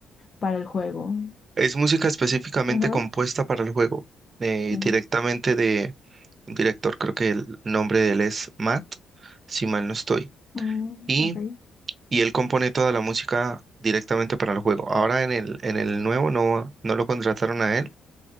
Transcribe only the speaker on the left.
para el juego?
Ajá,
sí.
Mm,
ok.